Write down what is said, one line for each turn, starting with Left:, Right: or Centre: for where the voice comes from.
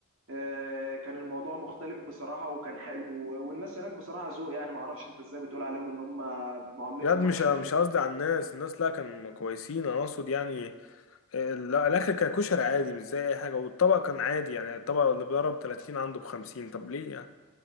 Right: آه، كان الموضوع مختلف بصراحة وكان حلو والناس هناك بصراحة ذوق يعني ما اعرفش انت ازاي بتقول عليهم ان هم معاملتهم
Left: بجد مش
Right: وحشة
Left: مش
Right: وكده
Left: قصدي على الناس الناس لا كانوا كويسين انا اقصد يعني ال- الاكل كان كشري عادي مش زي اي حاجه والطبق كان عادي يعني الطبق اللي بيضرب 30 عنده ب 50 طب ليه يعني